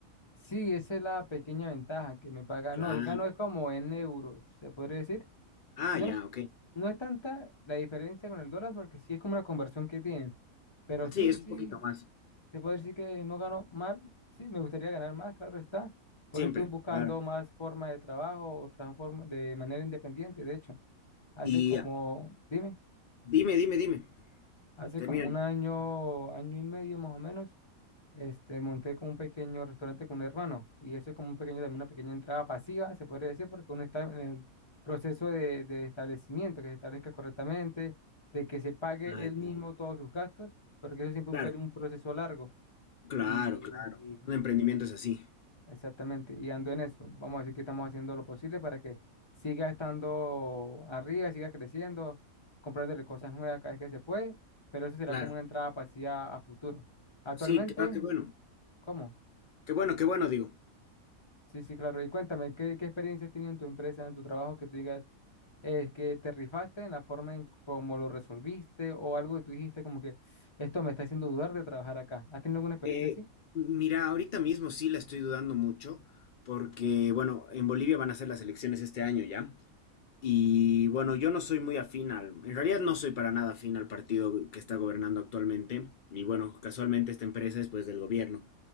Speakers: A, on the left (about 25°); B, on the left (about 80°).
A: Sí, esa es la pequeña ventaja que me paga.
B: Claro.
A: No, yo gano es como en euros, se podría decir.
B: Ah,
A: No
B: ya,
A: es,
B: ok.
A: no es tanta la diferencia con el dólar porque sí es como una conversión que tienen. Pero sí,
B: Sí, es
A: sí,
B: un poquito más.
A: Se puede decir que no gano mal, sí, me gustaría ganar más, claro está. Por
B: Siempre,
A: eso estoy buscando
B: claro.
A: más formas de trabajo o transforma de manera independiente. De hecho, hace
B: Y
A: como,
B: ah,
A: dime,
B: dime, dime, dime.
A: hace
B: Termina.
A: como un año, año y medio más o menos, este, monté como un pequeño restaurante con un hermano. Y eso es como un pequeño, también una pequeña entrada pasiva, se podría decir, porque uno está en el proceso de, de establecimiento, que se establezca correctamente, de que se pague
B: Ah,
A: él mismo
B: ya.
A: todos sus gastos, porque eso siempre
B: Claro,
A: es un, per- un proceso largo.
B: claro,
A: Y
B: claro. Un emprendimiento es así.
A: Exactamente, y ando en eso. Vamos a decir que estamos haciendo lo posible para que siga estando arriba, siga creciendo, comprándole cosas nuevas cada vez que se puede, pero eso será
B: Claro.
A: como una entrada pasiva a futuro. Actualmente,
B: Sí, qué, ah, qué bueno.
A: ¿cómo?
B: Qué bueno, qué bueno, digo.
A: Sí, sí, claro. Y cuéntame, ¿qué, qué experiencia has tenido en tu empresa, en tu trabajo, que tú digas, es que te rifaste en la forma en cómo lo resolviste o algo que tú dijiste como que esto me está haciendo dudar de trabajar acá? ¿Has tenido alguna experiencia
B: Eh,
A: así?
B: mira, ahorita mismo sí la estoy dudando mucho porque, bueno, en Bolivia van a ser las elecciones este año, ¿ya? Y bueno, yo no soy muy afín al, en realidad no soy para nada afín al partido que está gobernando actualmente. Y bueno, casualmente esta empresa es pues del gobierno.